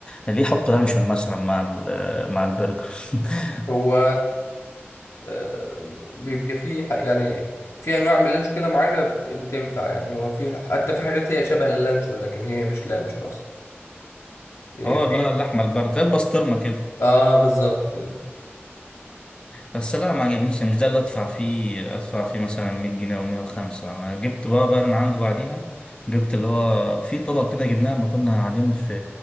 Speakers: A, on the left; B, on the left.
A: ليه يحط لانشون مثلا مع ال- مع البرجر <laughs>
B: هو آه، بيبقى فيه ح- يعني في انواع من اللانشون كده معينه بت- بتنفع يعني هو في حتى في حاجات هي شبه اللانشون لكن هي مش لانشون اصلا إيه،
A: اه
B: في
A: لا اللحمه البارده زي البسطرمه كده
B: اه بالظبط كده
A: بس لا ما عجبنيش يعني مش ده اللي ادفع فيه ادفع فيه مثلا 100 جنيه او 105 انا جبت بقى بقى من عنده بعديها جبت اللي هو في طبق كده جبناه لما كنا قاعدين في